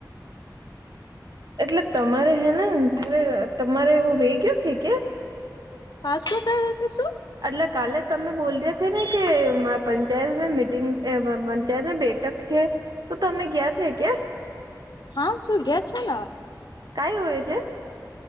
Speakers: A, on the right; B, on the left.
A: એટલે તમારે હે ને થારે તમારે એવો વે ગયો છે કે્યાં?
B: ક શું ક રતે શું?
A: એટલે કાલે તમે બોલ રહ્યા છે ને કે પંચાયત મીટિંગ પંચાયત બે ક છે તો તમે ગયાં છે ક્યા?
B: હા સુુંઈ ગયા છે ને.
A: કઈ હોય છે?